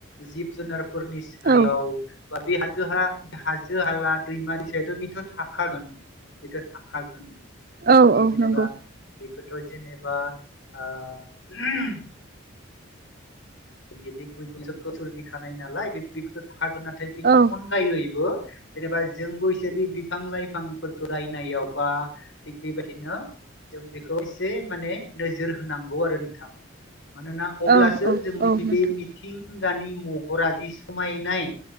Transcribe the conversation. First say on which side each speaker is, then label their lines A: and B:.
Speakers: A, on the left; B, on the right.
A: जिब जुनार फोरनि सायाव
B: औ
A: बा बे जोंहा हाजो हाला दैमा दैसा इथ' बिथ' थाखागोन बिथ' थाखागोन।
B: औ
A: बे
B: औ
A: जेनेबा
B: नंगौ।
A: बेखौथ' जेनेबा ओ जोंनि बे <unintelligible> सोरजिखानाय नालाय बे <unintelligible> थाखागोन नाथाय बेनि
B: औ
A: अनगायैबो जेनेबा जोंबो एसे बि-बिफां लाइफांफोर गायनायाव बा थिग बेबायदिनो जों बेखौ इ से माने नोजोर होनांगौ आरो नोंथां मानोना अब्लासो
B: औ औ
A: जोंनि
B: औ
A: बे
B: नोंथां
A: मिथिंगानि महरा जि समायनाय